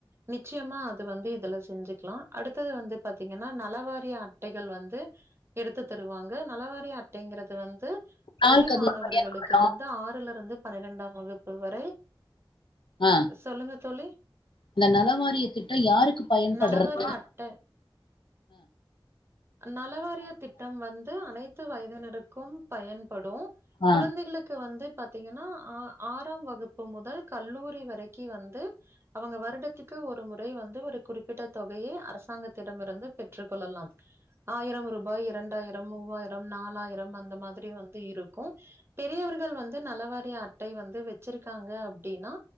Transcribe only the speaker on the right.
நிச்சயமா அது வந்து இதுல செஞ்சிக்லா அடுத்தது வந்து பாத்தீங்கன்னா நலவாரிய அட்டைகள் வந்து எடுத்து தருவாங்க நலவாரிய அட்டைங்கிறது வந்து பள்ளி
மாணவர்களுக்கு
வந்து ஆறுலருந்து பனிரெண்டாம் வகுப்பு வரை
சொல்லுங்க தோழி
நலவாரிய அட்ட நலவாரிய திட்டம் வந்து அனைத்து வயதினருக்கும் பயன்படு
குழந்தைகளுக்கு வந்து பாத்தீங்கன்னா ஆ ஆறாம் வகுப்பு முதல் கல்லூரி வரைக்கி வந்து அவங்க வருடத்துக்கு ஒரு முறை வந்து ஒரு குறிப்பிட்ட தொகையை அரசாங்கத்திடமிருந்து பெற்றுக் கொள்ளலாம் ஆயிரம் ரூபாய் இரண்டாயிரம் மூவாயிரம் நாலாயிரம் அந்த மாதிரி வந் து இருக்கு பெரியவர்கள் வந்து நலவாரிய அட்டை வந்து வெச்சிருக்காங்க அப்டீனா